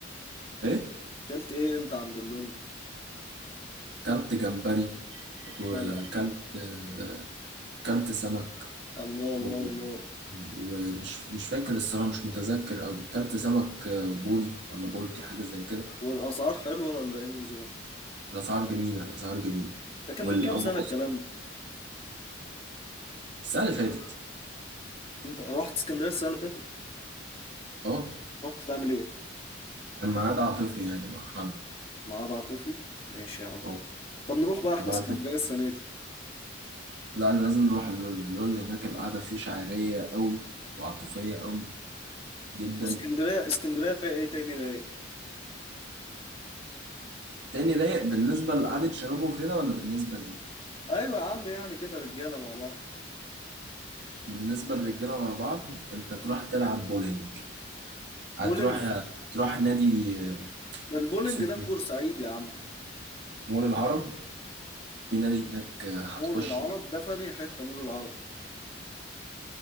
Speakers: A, on the right; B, on the left.
A: ايه
B: كلت ايه انت عند اللول
A: كلت جمبري وكلت
B: لا لا
A: آه، كلت سمك
B: الله الله
A: و...
B: الله
A: ومش مش فاكر الصراحه مش متذكر قوي كلت سمك آه، بوري ولا بولتي حاجه زي كده
B: والاسعار حلوه ولا ايه النظام
A: الاسعار جميله اسعار جميله
B: ده كان
A: والاول
B: من كام سنه الكلام ده
A: السنه اللي فاتت
B: انت رحت اسكندريه السنه اللي فاتت
A: اه
B: رحت تعمل ايه
A: كان معاد عاطفي يعني مع حد
B: معاد عاطفي ماشي يا عم
A: اه
B: طب نروح بقى احنا
A: وبعد
B: اسكندريه السنه دي
A: لا أنا لازم نروح اللول اللول هناك القعدة فيه شعرية قوي وعاطفية قوي جدا
B: واسكندريه اسكندريه فيها ايه تاني رايق
A: تاني رايق بالنسبة لقعدة شباب وكده ولا بالنسبة لإيه؟
B: ايوه يا عم يعني كده رجاله مع بعض
A: بالنسبة للرجالة مع بعض أنت تروح تلعب بولينج
B: بولينج
A: هتروح هتروح نادي آه،
B: ده البولينج
A: اسمه
B: ده في
A: إيه؟
B: بورسعيد يا عم
A: مول العرب في نادي هناك آه، هتخش
B: مول العرب ده في انهي حته مول العرب